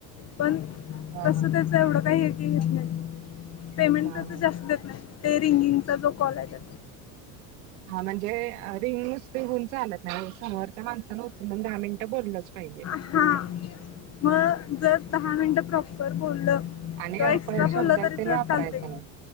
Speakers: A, on the left (about 40°); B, on the right (about 85°).
A: पण
B: हा
A: तस
B: हा
A: त्याच एवढं काही तेेत नाही पेमेंट
B: हा.
A: तर तर जास्त देत नाही ते सिंगिंगचा जो कॉल आहे
B: हा म्हणजे रिंग नुसते होऊन चालत नाही समोरच्या माणसां उचल दहा मिनिटं बोललंच पाहिजे.
A: हा मग जर दहा मिनटं प्रॉपर बोललं किंवा
B: आणि आपण
A: एक्स्ट्रा
B: शब्दक
A: बोललं तरी
B: ते
A: च
B: वापरायचं
A: चालते
B: नाही